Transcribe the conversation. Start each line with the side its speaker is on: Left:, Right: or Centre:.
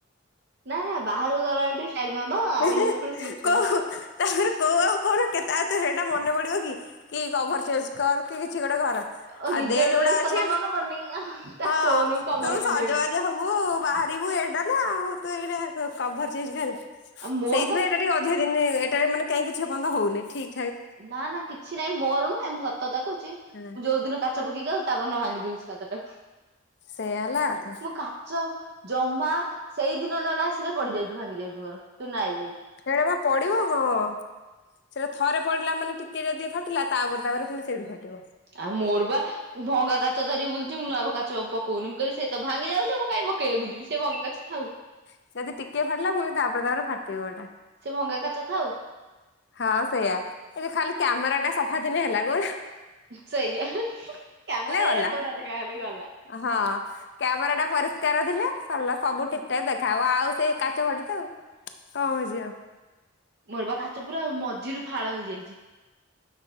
Right: ନା ନା ବାହାରକୁ ଗଲା ବେଳେ ଟିକେ ଷ୍ଟାଇଲ ମାରିଦବ ଆଇଲେ
Left: କୋଉ
Right: ପୁଣି ଫ୍ଲିପ୍ କଭର।
Left: ତାପରେ କୋଉ ଆଉ କହୁନ କେତେ ତ ହେଇଟା ମନେ ପଡିବ କି କି କଭର ଚେଞ୍ଜ କର କି କିଛି ଗୋଟେ କର।
Right: ଓ
Left: ଆ
Right: ନିଜ
Left: ଦେଖ
Right: ଡ୍ରେସ
Left: କଉଟା ଅଛି
Right: କଥା ମନେ ପଡୁନି ତା
Left: ହଁ
Right: ଫୋନକୁ କଭର
Left: ତୁ
Right: ପିନ୍ଧେଇବାକୁ
Left: ସଜବାଜ
Right: ମନେ ପଡୁନି।
Left: ହବୁ ବାହାରିବୁ ଏଇଟା ନା ଆଉ ତୁ ଏଇଟା କଭର ଚେଞ୍ଜ କରିବୁ। ସେଇଥିପାଇଁ
Right: ଆଉ ମୋର ପା
Left: ଏଇଟା ଟିକେ ଅଧିକ ଦିନି ଏଇଟାରେ ମାନେ କାଇଁ କିଛି ଏପର୍ଯ୍ୟନ୍ତ ହଉନି ଠିକ୍
Right: ନା ନା କିଛି ନାଇଁ ମୋର ନୁହେଁ ମୁଁ ସତ କଥା କହୁଚି ମୁଁ
Left: ହଁ
Right: ଯଉ ଦିନ କା କାଚ ପକେଇକି ଆଉଚି ତା ପରଦିନ ଭାଙ୍ଗି ଦଉଚି କାଚଟାକୁ
Left: ସେଇୟା ହେଲା କଥା
Right: ମୁଁ କାଚ ଜମା ସେଇ ଦିନ ନହଲେ ଆସିଲେ ପଡି ଯାଉଚି ଭାଙ୍ଗି ଯାଉଚି ମୋର ଚୁନା ହେଇଯାଉଚି।
Left: ହେରା ବା ପଡିବ ହଁ। ସେରା ଥରେ ପଡିଲା ମାନେ ଟିକେ ଯଦି ଫାଟିଲା ତାପରେ ତାପରେ ପୁଣି ସେଇଠୁ ଫାଟିବ।
Right: ଆଉ ମୋର ବା ଭଙ୍ଗା କାଚ ଧରି ବୁଲୁଚି ମୁଁ ନୂଆ କା ତ ପକଉନି ମୁଁ କହିଲି ସେ ତ ଭାଙ୍ଗି ଯାଉଚି ମୁଁ କାଇଁ ପକେଇବାକୁ ଯିବି ସେ ଭଙ୍ଗା କାଚ ଥାଉ।
Left: ସେ ଯଦି ଟିକେ ଫାଟିଲା ପୁଣି ତାପରେ ତାପରେ ଫାଟିବ ହେଟା।
Right: ସେ ଭଙ୍ଗା କାଚ ଥାଉ।
Left: ହଁ ସେଇୟା ଟିକେ ଖାଲି କ୍ୟାମେରା ଟା ସଫା ଥିନେ ହେଲା ଗୋ
Right: ସେୟା କ୍ୟାମେରାରେ
Left: ଗଲା
Right: ଗୋରା ଦେଖା ଗଲେ ଗଲା।
Left: ହଁ। କ୍ୟାମେରା ଟା ପରିଷ୍କାର ଥିଲେ ସରିଲା ସବୁ ଠିକ୍ ଠାକ୍ ଦେଖା ହବ ଆଉ ସେଇ କାଚ ଫାଟୁ ଥାଉ। କଁ ବୁଝିବ?
Right: ମୋର ବା କାଚ ପୁରା ମଝିରୁ ଫାଳ ହେଇଯାଇଚି।